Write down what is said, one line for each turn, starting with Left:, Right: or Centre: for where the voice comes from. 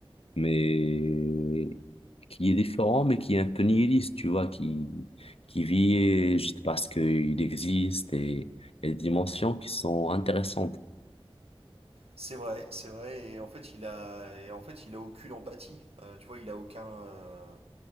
Left: mais qui est différent, mais qui est un peu nihiliste, tu vois, qui, qui vit juste parce qu'il existe et, et des dimensions qui sont intéressantes.
Right: C'est vrai, c'est vrai. Et en fait, il a, et en fait, il a aucune empathie. Euh, tu vois, il a aucun. euh,